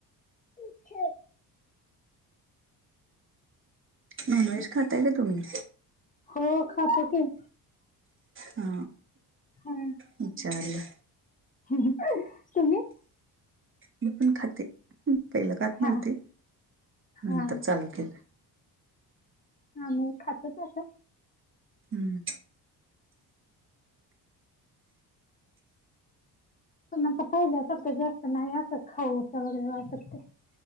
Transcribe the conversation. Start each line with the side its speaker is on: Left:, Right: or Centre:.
Left: <inaudible>
Right: नॉन व्हेज खाताय का तुम्ही?
Left: हो खातो की.
Right: हा
Left: हा
Right: विचारलं
Left: तुम्ही?
Right: मी पण खाते. पहिलं खात नव्हती.
Left: हा हा
Right: नंतर चालू केलं.
Left: आम्ही खात तस.
Right: हम्म
Left: पन् आता पहिल्यासारखं जास्त नाही असं खाऊ असं वगैरे वाटत